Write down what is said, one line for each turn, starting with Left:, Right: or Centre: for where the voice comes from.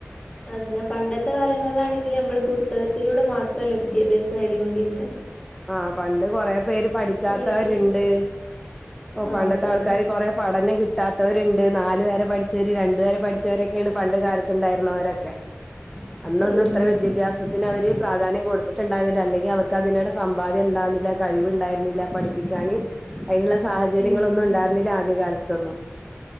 Left: അതന്നെ പണ്ടത്തെ കാലങ്ങളിലാണെങ്കിൽ നമ്മള് പുസ്തകത്തിലൂടെ മാത്രല്ലെ വിദ്യാഭ്യാസം നേടികോണ്ടിരുന്നേ.
Centre: ആഹ് പണ്ട് കൊറേ പേര് പഠിക്കാത്തവര്ണ്ട്.
Left: വേണെങ്കിലും ആഹ്
Centre: പണ്ടത്തെ
Left: അതന്നെ
Centre: ആൾക്കാര് കൊറെ പഠനം കി കിട്ടാത്തവര്ണ്ട് നാല് വരെ പഠിച്ചവര് രണ്ടു വരെ പഠിച്ചവരൊക്കെയാണ് പണ്ട് കാലത്ത്ണ്ടായിരുന്നവരൊക്കെ. അന്നൊന്നും
Left: അതന്നെ
Centre: ഇത്ര വിദ്യാഭ്യസത്തിന് അവര് പ്രാധാന്യം കൊടുത്തിട്ട്ണ്ടായിരുന്നില്ല അല്ലെങ്കിൽ അവർക്ക് അതിനിടെ സമ്പാദ്യം ഇണ്ടായിരുന്നില്ല കഴിവ്ണ്ടായിരുന്നില്ല പഠിപ്പിക്കാന്. അതിനുള്ള സാഹചര്യങ്ങളൊന്നും
Left: ഉം ഉം
Centre: ഉണ്ടായിരുന്നില്ല ആദ്യകാലത്തൊന്നും.